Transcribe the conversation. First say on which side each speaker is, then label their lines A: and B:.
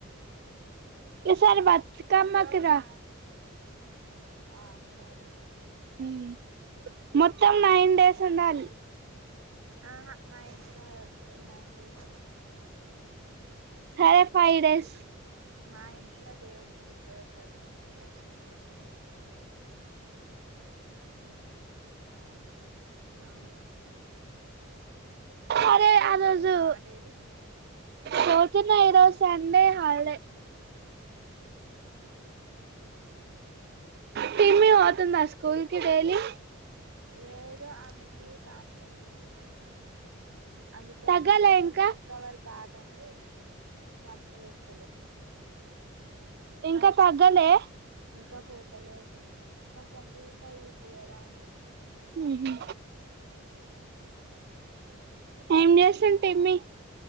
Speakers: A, on the right; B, on the right.
A: ఈ సారి బతుకమ్మ కి రా
B: ఆ సరే
A: మ్మ్ మొత్తం నైన్ డేస్ ఉండాలి
B: ఆహా మాయ ఇలా నైన్ డేస్ గె బాగు
A: సరే ఫైవ్ డేస్
B: మా ఇంట్లో దేవుని విగ్రహం పెట్టాలి మా ఇంట్లో నైన్ డేస్ ఉండాలి అవును
A: అరే
B: స్కూల్
A: అరోజు
B: కి పోతున్నావా డైలీ
A: తోట్లో న్నారో సండే హాలిడే టీమి పోతుందా స్కూల్ కి డైలీ
B: లేదు అమెకి కామిన్లైనై అందుకోసం
A: తగ్గలే
B: కొంచెం
A: ఇంకా
B: రికవర్ కాలండి <unintelligible> ఏ పంపి చలే
A: ఇంక తగ్గలే
B: ఇంకా పోతలేదు కొంచెం వీ ఎక్కువయ్యిందిగానీ
A: హుహు ఏం చేస్తుండి ఏమి